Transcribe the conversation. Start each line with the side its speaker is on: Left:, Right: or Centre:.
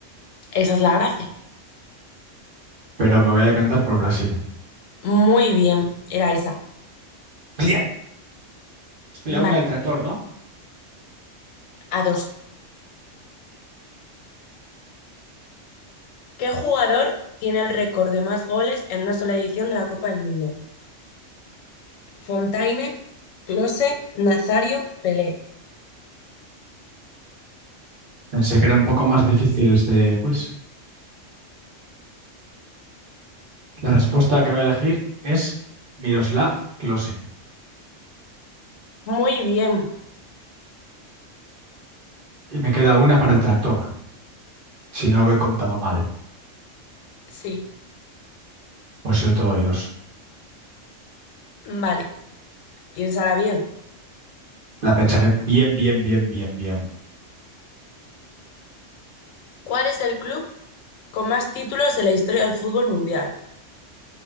Left: Esa es la gracia.
Right: Pero me voy a decantar por Brasil.
Left: Muy bien, era esa.
Right: Bien. Estoy
Left: Vale.
Right: a una del tractor, ¿no?
Left: A dos. ¿Qué jugador tiene el récord de más goles en una sola edición de la Copa del Mundo? Fontaine, Close, Nazario, Pelé.
Right: Pensé que era un poco más difícil este quiz. La respuesta que voy a elegir es Miroslav Klose.
Left: Muy bien,
Right: Y me queda una para el tractor. Si no lo he contado mal,
Left: sí.
Right: pues soy todo oídos.
Left: Vale, piénsala bien.
Right: La pensaré bien, bien, bien, bien, bien.
Left: ¿Cuál es el club con más títulos en la historia del fútbol mundial?